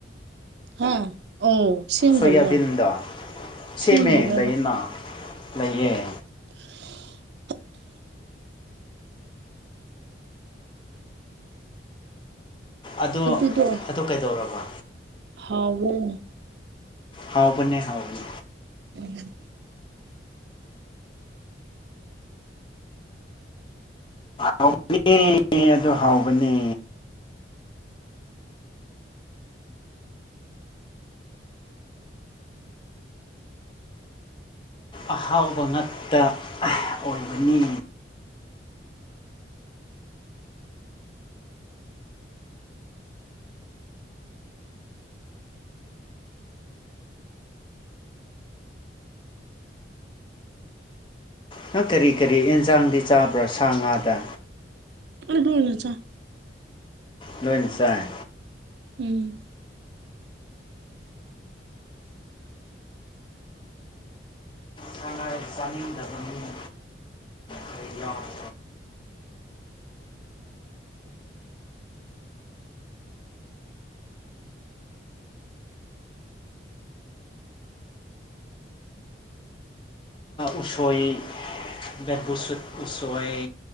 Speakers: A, on the right; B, on the left.
A: ꯍꯥ ꯑꯣ ꯁꯦꯝꯗꯕ꯭ꯔꯥ
B: ꯁꯣꯌꯥꯕꯤꯟꯗꯣ
A: ꯁꯦꯝꯗꯕ꯭ꯔꯕ꯭ꯔ
B: ꯁꯦꯝꯃꯦ ꯂꯩꯌꯦꯅ ꯂꯩꯌꯦ
A: <inaudible>
B: ꯑꯗꯣ
A: ꯑꯗꯨꯗꯣ
B: ꯑꯗꯣ ꯀꯩꯗꯧꯔꯕ
A: ꯍꯥꯎꯕꯅꯦ
B: ꯍꯥꯎꯕꯅꯦ ꯍꯥꯎꯕꯅꯦ
A: ꯎ <inaudible>
B: ꯑꯅꯤ <inaudible> ꯑꯗꯨ ꯍꯥꯎꯕꯅꯦ ꯑꯍꯥꯎꯕ ꯉꯛꯇ ꯑꯣꯏꯕꯅꯤ ꯅꯪ ꯀꯔꯤ ꯀꯔꯤ ꯑꯦꯟꯁꯥꯡꯗꯤ ꯆꯥꯕ꯭ꯔꯥ ꯁꯥ ꯉꯥꯗ
A: ꯑ ꯀꯣꯅꯆꯥ <unintelligible>
B: ꯂꯣꯏꯅ ꯆꯥꯏ
A: ꯎꯝ
B: ꯊꯉꯥꯏ ꯆꯅꯤꯗꯕ ꯃꯤ ꯈꯔ <unintelligible> ꯎꯁꯣꯏ ꯕꯕꯨꯠ ꯎꯁꯣꯏ